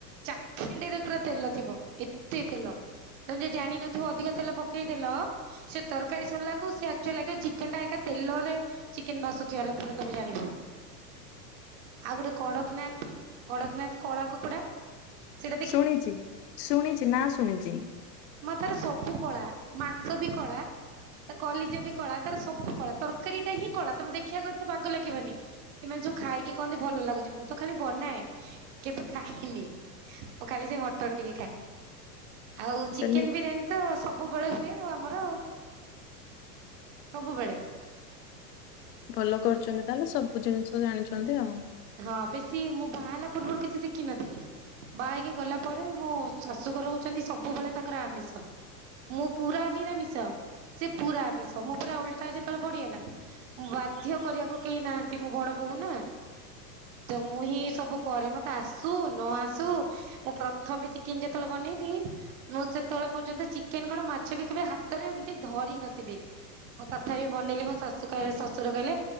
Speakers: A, on the right; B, on the left.
A: ଚାଖିଣ୍ଡିରେ ପୁରା ତେଲ ଥିବ ଏତେ ତେଲ। ତମେ ଯେ ଜାଣିନଥିବ ଅଧିକ ତେଲ ପକେଇଦେଲ ସେ ତରକାରୀ ସରିଲାକୁ ସେ ଆକଚୁଲି ଲାଗିବ ଚିକେନ ଟା ଏକା ତେଲରେ ଚିକେନ୍ ଭାସୁଥିବାର ପରେ ତମେ ଜାଣିବ। ଆଉ ଗୋଟେ କଡ଼କନାଥ କଡ଼କନାଥ କଳା କୁକୁଡା। ସେଟା
B: ଶୁଣିଛି ଶୁଣିଛି ନା ଶୁଣିଛି।
A: ମା ତାର ସବୁ କଳା ମାଂସ ବି କଳା। ତା କଲିଜା ବି କଳା ତାର ସବୁ କଳା ତରକାରୀ ଟା ହିଁ କଳା ତମେ ଦେଖିବାକୁ ଏତେ ବାଗ ଲାଗିବନି। ଏମାନେ ସବୁ ଖାଇକି କହନ୍ତି ଭଲ ଲାଗୁଛି ମୁଁ ତ ଖାଲି ବନାଏ କେବେ ଖାଇନି। ଓଁ ଖାଲି ସେ ମଟନ ଟିକେ ଖାଏ, ଆଉ ଚିକେନ
B: ସେମି
A: ବିରିୟାନୀ ତ ସବୁବେଳେ ହୁଏ ଆମର ସବୁବେଳେ।
B: ଭଲ କରୁଛନ୍ତି ତାହେଲେ ସବୁ ଜିନିଷ ଜାଣିଛନ୍ତି ଆଉ।
A: ହଁ ବେଶୀ ମୁଁ ବାହାହେଲା ହେଲା ପୂର୍ବରୁ କିଛି ଶିଖିନଥିଲି। ବାହା ହେଇକି ଗଲା ପରେ ମୋ ଶାଶୁଘର ହଉଛନ୍ତି ସବୁବେଳେ ତାଙ୍କର ଆମିଷ। ମଁ ପୁରା ନିରାମିଷ ସେ ପୁରା ଆମିଷ। ମୋ ପୁରା ଓଲଟା ଯେତେବେଳେ ପଡିିଗଲା ମୁଁ ବାଧ୍ୟ କରିବାକୁ କେହି ନାହାନ୍ତି ମୁଁ ବଡ ବୋହୁ ନା? ତ ମୁଁ ହିଁ ସବୁ କରେ ମତେ ଆସୁ ନ ଆସୁ। ମୁଁ ପ୍ରଥମେ ଚିକେନ ଯେତେବେଳେ ବନେଇଲି ମୁଁ ସେତେବେଳେ ପର୍ଯ୍ୟନ୍ତ ଚିକେନ କଣ ମାଛ ବି କେବେ ହାତରେ ଏମତି ଧରି ନଥିଲି। ମଁ ତଥାପି ବନେଇଲିି ମୋ ଶାଶୁ କହିଲେ ଶ୍ୱଶୁର କହିଲେ